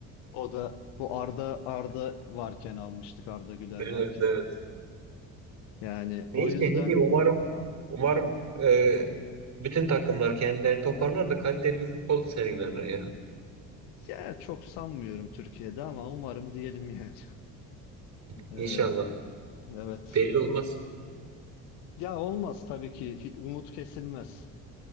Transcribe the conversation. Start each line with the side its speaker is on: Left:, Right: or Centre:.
Left: O da bu Arda Arda varken almıştık Arda Güler
Right: Evet
Left: varken.
Right: evet.
Left: Yani o
Right: Neyse
Left: yüzden
Right: ne diyeyim umarım umarım e, bütün takımlar kendilerini toparlar da kaliteli bir futbol sergilerler ya.
Left: ya çok sanmıyorum Türkiye'de ama umarım diyelim yani. <laughs>
Right: İnşallah.
Left: Ee, evet.
Right: Belli olmaz.
Left: Ya olmaz tabii ki hi- umut kesilmez